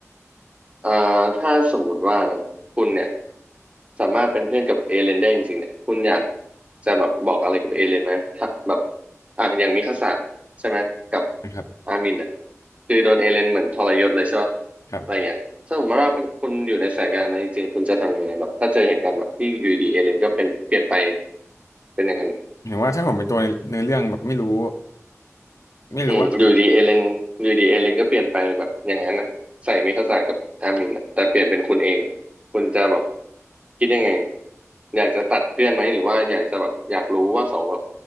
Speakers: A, on the right; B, on the left.
A: เอ่อถ้าสมมุติว่าเนอะคุณเนี่ยสามารถเป็นเพื่อนกับเอเลนได้จริงๆเนี่ยคุณอยากจะแบบบอกอะไรกับเอเลนไหมถ้าแบบอ่ะอย่างมิคาสะใช่ไหม กับ
B: นะครับ
A: อามินเนี่ยคือโดนเอเลนเหมือนทรยศเลยใช่ป่ะ
B: ครับ
A: อะไรเงี้ยถ้าสมมติว่าเป็นคุณอยู่ในสายงานนั้นจริงๆคุณจะทำยังไงแบบถ้าเจอเหตุการณ์แบบที่อยู่ดีเอเลนก็เป็นเปลี่ยนไปเป็นอย่างนั้น
B: เห็นว่าถ้าผมเป็นตัวในเนื้อเรื่องแบบไม่รู้ไม่รู้ว่า
A: อืมอยู่ดีเอเลนอยู่ดีเอเลนก็เปลี่ยนไปแบบอย่างนั้นอ่ะใส่มิคาสะกับอามินอ่ะแต่เปลี่ยนเป็นคุณเองคุณจะแบบคิดยังไงอยากจะตัดเพื่อนไหมหรือว่าอยากจะแบบอยากรู้ว่าเขาแบบ